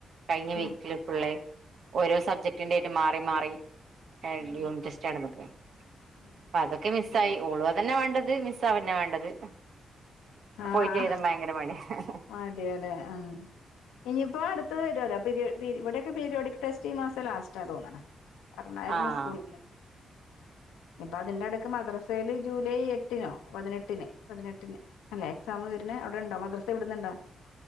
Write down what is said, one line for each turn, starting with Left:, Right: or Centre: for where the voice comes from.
Right: കഴിഞ്ഞ
Left: ഉം
Right: വീക്കില് ഫുള്ളേ ഓരോ സബ്ജക്ടിൻ്റേയിട്ട് മാറി മാറി ഏ
Left: ഉം
Right: യൂണിറ്റ് ടെസ്റ്റ് നടന്ന്ക്ക
Left: ഉം
Right: പതൊക്കെ മിസ്സായി
Left: ശരി
Right: ഓളു അതന്നെ വേണ്ടത് മിസ്സാവന്നെ വേണ്ടത്
Left: ആഹ്
Right: പോയിട്ട് എഴുതാൻ ഭയങ്കര മടി ഹ ഹ.
Left: മടിയാല്ലേ ആഹ്. ഇനിയിപ്പോ അടുത്തത് വരോല്ലോ പിരി പിരി ഇവിടൊക്കെ പീരയോഡിക് ടെസ്റ്റ് ഈ മാസം ലാസ്റ്റാ തോന്നണ്. പറഞ്ഞായിരുന്നു
Right: ആഹ്
Left: സ്കൂളിന്ന്. ഇപ്പൊ അതിന്റെടക്ക് മദ്രസയില് ജൂലൈ എട്ടിനോ പതിനെട്ടിന് പതിനെട്ടിന് അല്ലെ എക്സാം വര്ന് അവിടെണ്ടോ മദ്രസെ വിടുന്നുണ്ടോ?